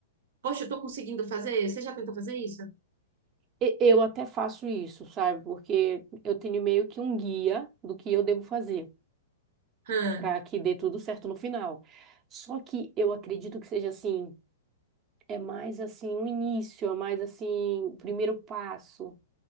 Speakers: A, on the right; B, on the right.
A: Poxa, eu tô conseguindo fazer? Você já tentou fazer isso?
B: E- Eu até faço isso, sabe? Porque eu tenho meio que um guia do que eu devo fazer
A: Hã.
B: para que dê tudo certo no final. Só que eu acredito que seja assim, é mais assim o início, é mais assim o primeiro passo.